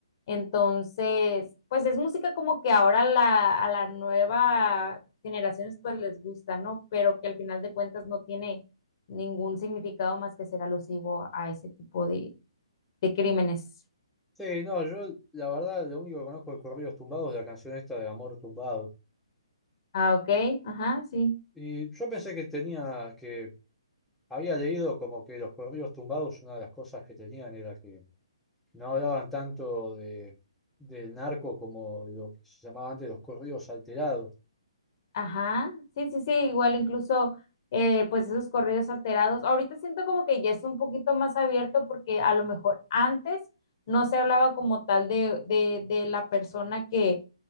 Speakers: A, on the left; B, in the centre.
A: Entonces, pues es música como que ahora la, a las nuevas generaciones pues les gusta, ¿no? Pero que al final de cuentas no tiene ningún significado más que ser alusivo a ese tipo de, de crímenes.
B: Sí, no, yo la verdad lo único que conozco de Corridos Tumbados es la canción esta de Amor Tumbado.
A: Ah, ok, ajá, sí.
B: Y yo pensé que tenía, que había leído como que los Corridos Tumbados, una de las cosas que tenían era que no hablaban tanto de, del narco como lo que se llamaba antes los corridos alterados.
A: Ajá, sí, sí, sí, igual incluso eh, pues esos corridos alterados. Ahorita siento como que ya es un poquito más abierto porque a lo mejor antes no se hablaba como tal de, de, de la persona que,